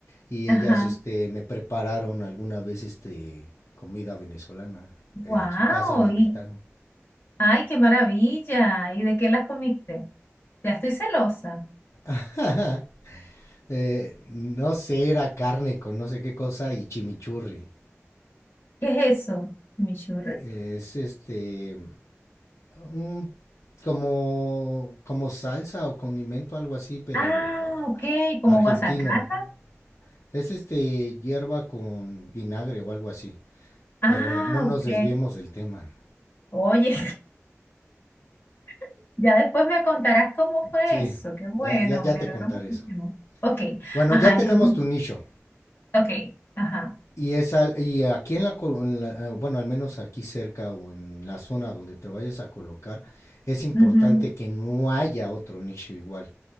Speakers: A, on the left; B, on the left.
A: y
B: Ajá.
A: ellas, este, me prepararon alguna vez, este, comida venezolana. Eh,
B: Wow,
A: en su casa me
B: y
A: invitaron.
B: ay, qué maravilla. ¿Y de qué las comiste? Ya estoy celosa.
A: <laughs> Eh, no sé, era carne con no sé qué cosa y chimichurri.
B: ¿Qué es eso? ¿Chimichurri?
A: Eh, Es este, un como como salsa o condimento algo así, pero
B: Ah,
A: ah,
B: ok, como
A: argentino.
B: guasacaca.
A: Es este hierba con vinagre o algo así.
B: Ah,
A: Pero no nos
B: ok.
A: desviemos del tema.
B: Oye, <laughs> ya después me contarás cómo fue
A: Sí,
B: eso. Qué bueno,
A: ya, ya, ya
B: me
A: te
B: alegró
A: contaré
B: muchísimo.
A: eso.
B: Ok,
A: Bueno,
B: ajá,
A: ya tenemos
B: entonces,
A: tu nicho.
B: ok, ajá.
A: Y, es al- y aquí en la, col- en la- eh, bueno, al menos aquí cerca o en la zona donde te vayas a colocar, es importante
B: Ujú.
A: que no haya otro nicho igual.